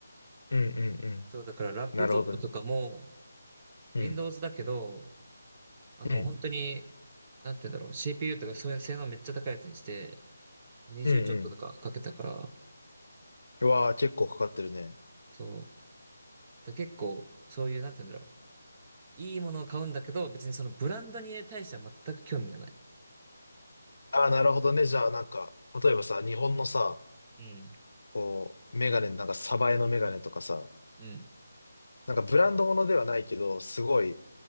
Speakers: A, on the left; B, on the right.
A: うん。うん。うん
B: そう、だからラップトップとかも、
A: なるほどね。
B: Windows
A: うん。
B: だけど、あの、
A: うん。
B: 本当に、なんて言うんだろう、CPU とかそういう性能めっちゃ高いやつにして、20ちょっととかかけたから、
A: うん。うん。うわあ、結構かかってるね。
B: そう。だ結構、そういう、なんて言うんだろう。いいものを買うんだけど、別にそのブランドに対しては全く興味がない。
A: ああ、なるほどね。じゃあ、なんか、例えばさ、日本のさ、
B: うん。
A: こう、メガネ、なんか、サバエのメガネとかさ、
B: うん。
A: なんかブランドものではないけど、すごい、